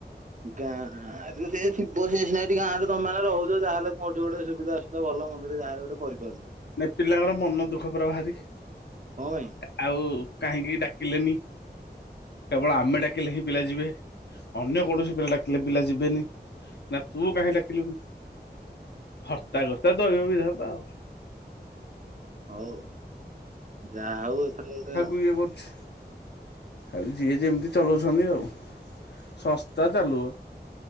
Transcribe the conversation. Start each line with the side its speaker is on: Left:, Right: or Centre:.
Right: ଗାଁ ଗାଁରେ ସେ ଥିବ ସେସିନି ଏଠି ଗାଁ ରେ ତମମାନେ ରହୁଛ ଯାହାଲେ କଉଠି ଗୋଟେ ସୁବିଧା ଅସୁବିଧା ଭଲନ୍ଦରେ ଯାହାଲେ ଗୋଟେ କରିପାରୁ
Left: ନାଇଁ ପିଲାଙ୍କର ମନ ଦୁଃଖ ପରା ଭାରି କା
Right: କଣ ପାଇଁ
Left: ଆଉ କାହିଁକି ଡାକିଲେନି। କେବଳ ଆମେ ଡାକିଲେ ହିଁ ପିଲା ଯିବେ ଅନ୍ୟ କୌଣସି ପିଲା ଡାକିଲେ ପିଲା ଯିବେନି। ନା ତୁ କାହିଁ ଡାକିଲୁନି ହର୍ତ୍ତା କର୍ତ୍ତା ଦଇବ ବିଧାତା ଆଉ।
Right: ହଉ ଯାହା ହଉ ଏଥର ଗୋଟେ
Left: ପିଏ କରୁଛି। ଆଉ ଯିଏ ଯେମିତି ଚଲଉଛନ୍ତି ଆଉ ସଂସ୍ତା ଚାଲୁ।